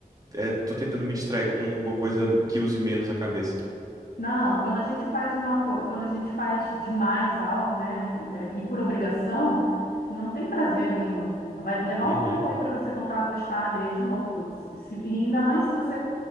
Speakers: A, on the right; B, on the left.
A: é, tô tentando me distrair com alguma coisa que use menos a cabeça.
B: Não, quando a gente faz uma coisa, quando a gente faz demais algo, né, e e por obrigação, não tem prazer nenhum. Vai levar
A: Uhum.
B: um tempo aí para você voltar a gostar, a ler de novo. Se- se- e ainda mais se você